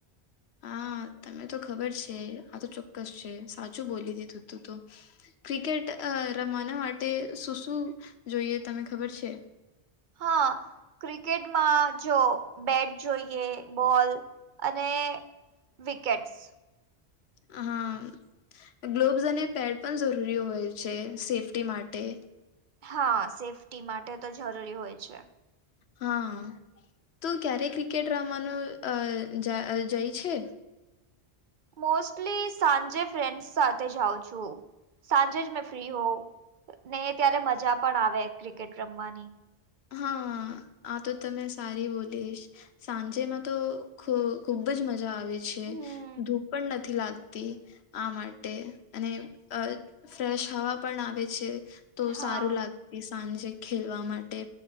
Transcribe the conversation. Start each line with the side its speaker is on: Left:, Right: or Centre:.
Left: હા તમેને તો ખબર છે આ તો ચોક્કસ છે સાચું બોલી દીધું તું તો. ક્રિકેટ હા રમાના માટે શું શું જોઈએ તમે ખબર છે?
Right: હા ક્રિકેટમાં જો બેટ જોઈએ બોલ અને વિકેટસ
Left: હા હમ્મ. ગ્લોવ્સ અને પેડ પણ જરૂરી હોય છે સેફ્ટી માટે
Right: હા સેફ્ટી માટે તો જરૂરી હોય છે.
Left: હા તું ક્યારે ક્રિકેટ રમનું અહ જા અહ જઈ છે.
Right: મોસ્ટલી સાંજે ફ્રેન્ડસ સાથે જાઉ છું સાંજે જ મેં ફ્રી હો. નહી ત્યારે મજા પણ આવે ક્રિકેટ રમવાની.
Left: હા આ તો તમે સારી બોલીશ. સાંજેમાં તો ખુ-ખુબજ મજા આવે છે.
Right: હમ
Left: ધૂપ પણ નથી લાગતી આ માટે અને અહ ફ્રેશ હવા પણ આવે છે તો
Right: હા
Left: સારું લાગતી સાંજે ખેલવા માટે.